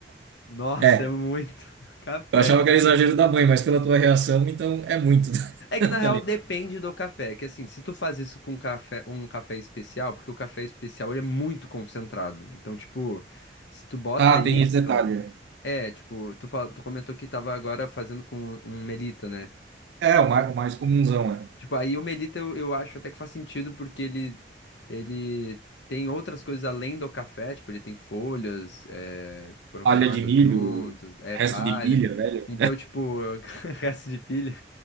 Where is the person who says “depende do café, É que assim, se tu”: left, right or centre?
Left